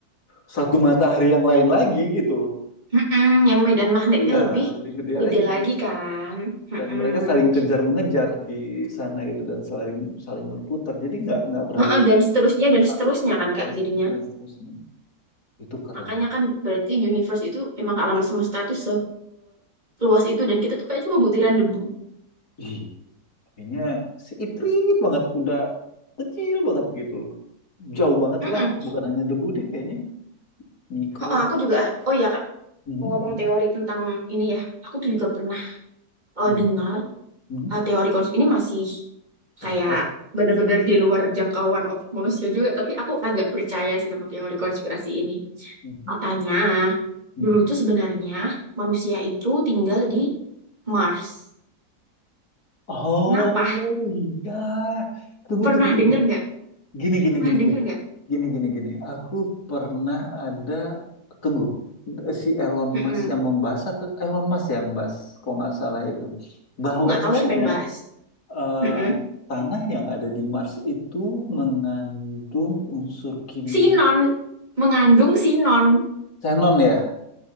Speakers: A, on the left; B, on the right.
A: satu matahari yang lain lagi gitu loh.
B: Mm-mm. Yang medan magnetnya
A: Iya,
B: lebih
A: lebih gede
B: gede
A: lagi.
B: lagi kan. Mm-mm.
A: Dan mereka saling kejar mengejar di sana gitu dan saling saling berputar. Jadi nggak nggak berada
B: Heeh,
A: di
B: dan seterusnya
A: tempat tetap
B: dan seterusnya kan Kak
A: dan
B: jadinya.
A: seterusnya dan seterusnya. Itu keren
B: Makanya
A: banget.
B: kan berarti universe itu emang alam semesta tuh seluas itu dan kita tuh kayak cuma butiran debu.
A: Ih, kayaknya si Iprit banget udah kecil banget gitu loh. Jauh banget
B: Mm-mm.
A: lah, bukan hanya debu deh kayaknya. Mikro.
B: Oh, oh, aku juga, oh iya Kak,
A: Mhm,
B: mau ngomong
A: mhm.
B: teori tentang ini ya, aku tuh juga pernah eh,
A: Mhm,
B: dengar
A: mhm,
B: eh, teori konspirasi ini masih
A: Konspirasi.
B: kayak bener-bener di luar jangkauan otak manusia juga, tapi aku agak percaya sih sama teori konspirasi ini.
A: mhm,
B: Katanya,
A: mhm.
B: dulu tuh sebenarnya manusia itu tinggal di Mars.
A: Oh
B: Kenapa?
A: iya, tunggu
B: Pernah
A: tunggu tunggu.
B: denger nggak?
A: Gini gini
B: Pernah
A: gini
B: denger
A: gini
B: nggak?
A: gini gini gini. Aku pernah ada tunggu si Elon
B: Mm-mm.
A: Musk yang membahas atau Elon Musk yang bahas, kalau nggak salah itu bahwasanya
B: Aku nggak tahu siapa yang bahas.
A: eh,
B: Mm-mm.
A: tanah yang ada di Mars itu mengandung unsur kimia
B: sinon mengandung sinon
A: xenon ya.